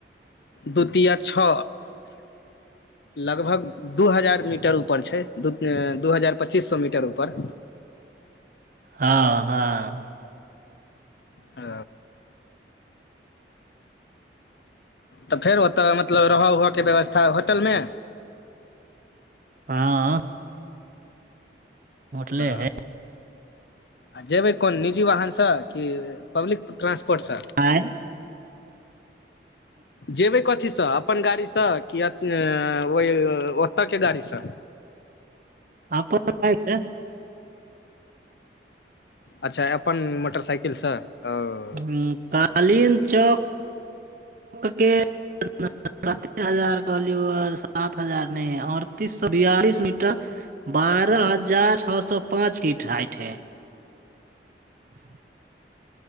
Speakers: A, on the left; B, on the right.
A: दू तिया छौ लगभग दू हजार मीटर ऊपर छै दू ऐं दू हजार पच्चीस सौ मीटर ऊपर।
B: हँ हँ
A: ओ तऽ फेर ओतऽ मतलब रहऽ उहऽके व्यवस्था होटलमे?
B: हाँ होटले
A: ओ
B: है
A: आ जेबै कोन निजी वाहनसँ की पब्लिक ट्रांसपोर्टसँ?
B: आँय?
A: जेबै कथीसँ? अपन गाड़ीसँ की अ ओही ओतऽ के गाड़ीसँ?
B: अपन बाइकसे
A: अच्छा अपन मोटरसाइकिलसँ ओ
B: हुँ कालीन चौक के <unintelligible> हजार कहलियौ सात हजार नय अरतीस सौ बियालिस मीटर बारह हजार छौ सौ पाँच फीट हाइट हय <inaudible>